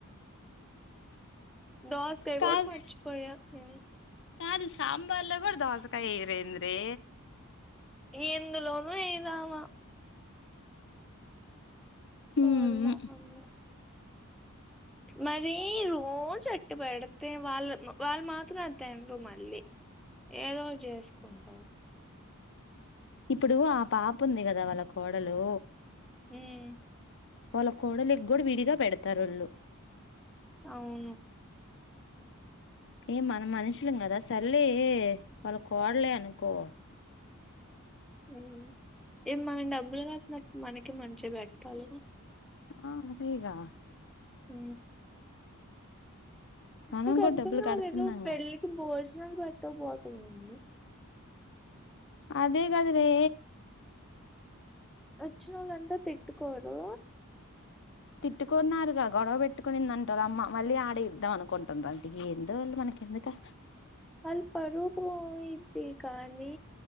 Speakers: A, in the centre; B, on the left.
A: దోసకాయ
B: కాద్
A: కూడా మర్చిపోయా నేను
B: కాద్ సాంబార్లో కూడా దోసకాయ ఎయ్యరు ఏంది రే
A: ఎందులోనూ ఏదామా సరిమా
B: ఉమ్
A: అన్ మరి రోజు అట్ పెడితే వాళ్ళ వాళ్ళు మాత్రం అది తిండ్రు మళ్ళీ ఏదో చేసుకుంటారు
B: ఇప్పుడు ఆ పాప ఉంది కదా వాళ్ళ కోడలు
A: మ్మ్
B: వాళ్ళ కోడలికి గుడా విడిగా పెడతారు వోళ్ళు
A: అవును
B: యే మనం మనుషులు కదా సర్లే వాళ్ళ కోడలే అనుకో
A: ఉ యే మనం డబ్బులు కట్టినప్పుడు మనకే మంచిగా గట్టాల.
B: ఆ అదేగా
A: ఊ
B: మనం
A: నాకు
B: కూడా
A: అర్థం
B: డబ్బులు
A: కాలేదు
B: కడుతున్నాంగా
A: పెళ్ళికి భోజనాలు పెట్టకపోవటం ఏంది.
B: అదే కాదా వే
A: వచ్చినొళ్ళంతా తిట్టుకోరు
B: తిట్టుకున్నారుగా గొడవ పెట్టుకునిందంటా అమ్మ మళ్ళీ ఆడే ఇద్దాం అనుకుంటున్నారు అంటా, ఎందో వాళ్ళు మనకి కెందుకా
A: వాళ్ళు పరువు పోయిద్ది కానీ